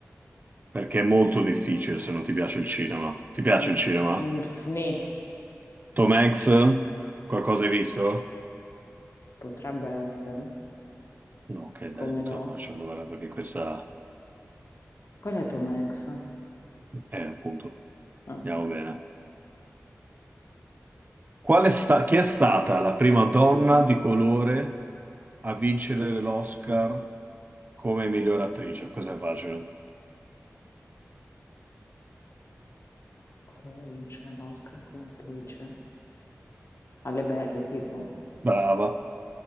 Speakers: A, on the right (about 35°); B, on the left (about 60°).
A: Perché è molto difficile se non ti piace il cinema. Ti piace
B: mm,
A: il cinema?
B: mm, pff, nì.
A: Tom Hanks? Qualcosa hai visto?
B: potrebbe essere.
A: No, ok,
B: Come
A: dai, non
B: no?
A: te la faccio allora perché questa
B: Qual è Tom Hanks?
A: è appunto.
B: Ah,
A: Andiamo bene. Qual è sta- chi è stata la prima donna di colore a vincere l'Oscar come miglior attrice? Questa è facile.
B: colore vince l'Oscar come attrice. Alle Berry, tipo.
A: Brava.